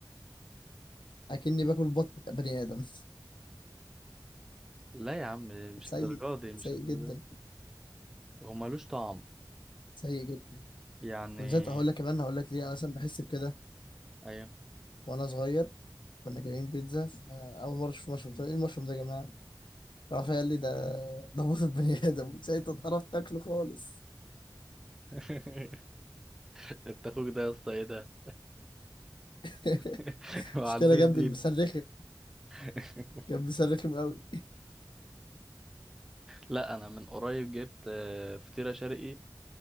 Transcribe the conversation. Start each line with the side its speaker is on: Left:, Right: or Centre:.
Left: اكني باكل بطن بني ادم
Centre: لا يا عم مش
Left: سيء
Centre: الدرجة دي مش
Left: سيء
Centre: الدرجة
Left: جدا
Centre: دي هو ملوش طعم
Left: سيء جدا
Centre: يعني
Left: وبالذات هقول لك كمان هقول لك ليه انا مثلا بحس بكده
Centre: أيوه
Left: وانا صغير كنا جايبين بيتزا فاول مره اشوف مشروم قلت له، ايه المشروم ده يا جماعه راح قال لي ده ده موت البني ادم ساعتها اتقرفت اكله خالص
Centre: <laughs> أنت أخوك ده يا اسطى إيه ده
Left: <laughs>
Centre: <laughs> ما
Left: مش
Centre: عندوش
Left: كده جنبي
Centre: دين
Left: مسرخم
Centre: <laughs>
Left: جنبي مسرخم قوي
Centre: لا أنا من قريب جبت آه، فطيرة شرقي